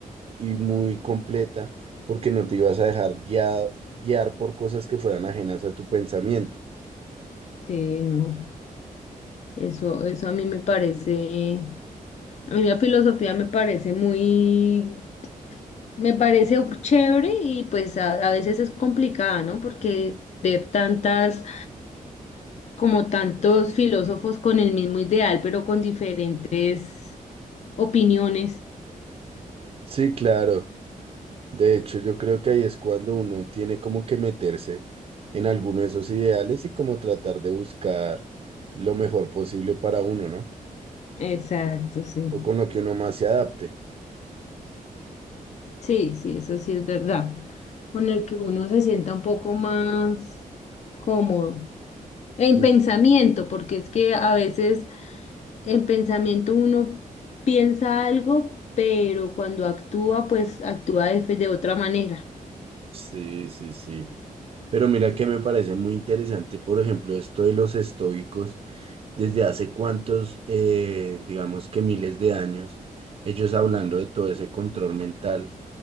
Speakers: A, on the right; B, on the left.
A: y muy completa, porque no te ibas a dejar guiar, guiar por cosas que fueran ajenas a tu pensamiento.
B: Sí, no, eso, eso a mí me parece, a mí la filosofía me parece muy Me parece chévere y pues a, a veces es complicada, ¿no? Porque ver tantas, como tantos filósofos con el mismo ideal, pero con diferentes opiniones.
A: Sí, claro. De hecho, yo creo que ahí es cuando uno tiene como que meterse en alguno de esos ideales y como tratar de buscar lo mejor posible para uno, ¿no?
B: Exacto, sí.
A: O con lo que uno más se adapte.
B: Sí, sí, eso sí es verdad. Con el que uno se sienta un poco más cómodo. En
A: Sí,
B: pensamiento, porque es que a veces en pensamiento uno piensa algo, pero cuando actúa, pues actúa de de otra manera.
A: sí, sí. sí. Pero mira que me parece muy interesante, por ejemplo, esto de los estoicos desde hace cuántos, eh, digamos que miles de años, ellos hablando de todo ese control mental.